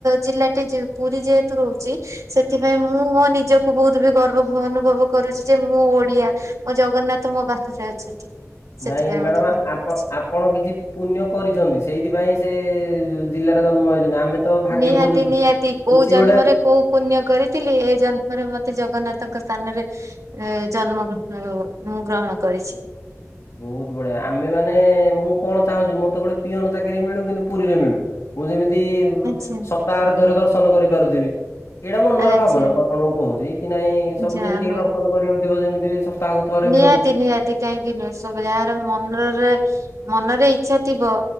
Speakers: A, on the right; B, on the left.
A: ଜିଲ୍ଲାଟି ପୁରୀ ଯେହେତୁ ରହୁଚି ସେଥିପାଇଁ ମୁଁ ମୋ ନିଜକୁ ବହୁତ୍ ବି ଗର୍ବ ଅନୁଭବ କରୁଛି ଯେ ମୁଁ ଓଡିଆ। ମୋ ଜଗନ୍ନାଥ ମୋ ପାଖରେ ଅଛନ୍ତି। ସେଥିପାଇଁ
B: ନାଇଁ ମ୍ୟାଡ଼ାମ
A: ମତେ ଭଲ ଲାଗୁଛି।
B: ଆପ ଅପ୍ ଆପଣ କିଛି ପୁଣ୍ୟ କରିଛନ୍ତି ସେଇଥିପାଇଁ ସେ ଜିଲ୍ଲାରେ ଜନ୍ମ ହେଛନ୍ତି ଆମେ ତ ଭାଗ୍ୟ
A: ନିହାତି
B: ଖୋଜୁଛୁ
A: ନିହାତି
B: କିଛି
A: କୋଉ ଜନ୍ମରେ
B: ଗୋଟେ
A: କୋଉ ପୁଣ୍ୟ କରିଥିଲି ଏ ଜନ୍ମରେ ମତେ ଜଗନ୍ନାଥଙ୍କ ସ୍ଥାନରେ ଏ ଜନ୍ମ ମୁଁ ଗ୍ରହଣ କରିଛି।
B: ବହୁତୁ ବଢିଆ ଆମେ ମାନେ ମୁଁ କଣ ଚାହୁଁଛି ମତେ ଗୋଟେ ପିଅନ ଚାକିରି ମିଳୁ କିନ୍ତୁ ପୁରୀରେ ମିଳୁ। ମୁଁ ଯେମିତି
A: ଆଛା
B: ସପ୍ତାହରେ ଥରେ ଦର୍ଶନ କରିପାରୁଥିବି। ଏଇଟା ମନରେ
A: ଆଛା
B: ଭାବନ ମୁଁ ଆପଣଙ୍କୁ କହୁଛି କି ନାଇଁ ସବୁଦିନ
A: ଯାହା
B: ଟିକେ
A: ହଉ
B: ଦର୍ଶନ କରିବାକୁ ଥିବ ଯେମିତି ସପ୍ତାହକୁ ଥରେ
A: ନିହାତି
B: ବି ହଉ।
A: ନିହାତି କାହିଁକି ନୁହେଁ ସବୁ ଯାହାର ମନରେ ମନରେ ଇଛା ଥିବ